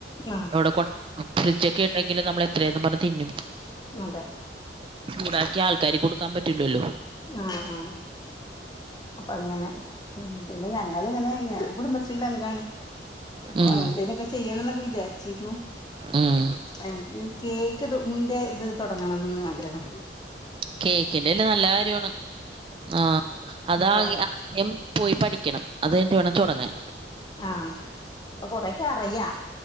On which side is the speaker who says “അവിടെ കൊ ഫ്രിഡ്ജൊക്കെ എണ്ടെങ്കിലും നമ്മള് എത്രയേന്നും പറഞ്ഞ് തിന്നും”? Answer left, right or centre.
Right